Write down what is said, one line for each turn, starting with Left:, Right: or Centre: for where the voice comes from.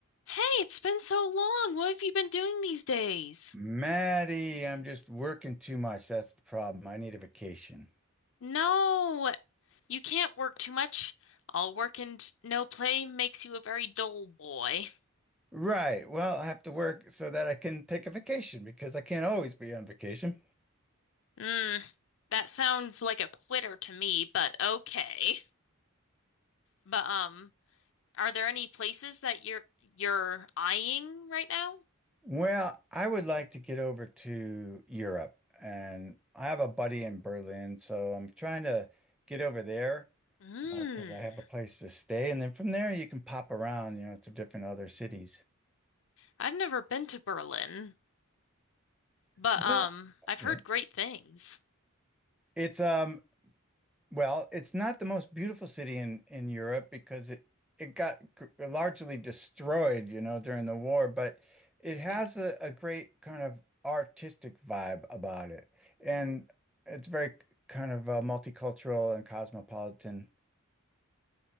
Left: Hey, it's been so long. What have you been doing these days?
Centre: Maddie, I'm just working too much. That's the problem. I need a vacation.
Left: No, you can't work too much. All work and no play makes you a very dull boy.
Centre: Right. Well, I have to work so that I can take a vacation because I can't always be on vacation.
Left: Mm, that sounds like a quitter to me, but okay. But um, are there any places that you're you're eyeing right now?
Centre: Well, I would like to get over to Europe and I have a buddy in Berlin, so I'm trying to get over there
Left: Mm,
Centre: uh, 'cause because I have a place to stay. And then from there you can pop around, you know, to different other cities.
Left: I've never been to Berlin, but
Centre: Well,
Left: um, I've
Centre: yes.
Left: heard great things.
Centre: It's um Well, it's not the most beautiful city in in Europe because it it got g- largely destroyed, you know, during the war, but it has
Left: Mm.
Centre: a, a great kind of artistic vibe about it. And it's very k- kind of uh, multicultural and cosmopolitan.